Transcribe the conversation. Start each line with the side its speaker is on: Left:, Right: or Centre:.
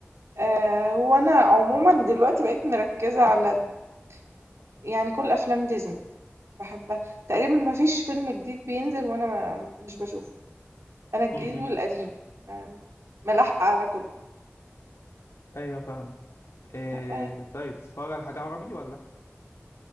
Right: آآ، هو أنا عمومًا دلوقتي بقيت مركّزة على د يعني كل أفلام ديزني باحبها، تقريبًا ما فيش فيلم جديد بينزل وأنا ما مش باشوفه، أنا الجديد
Left: امم
Right: والقديم، م ملاحقة على كُلّه،
Left: ايوه فاهمك إيه
Right: آآ
Left: طيب بتتفرج على حاجه عربي ولا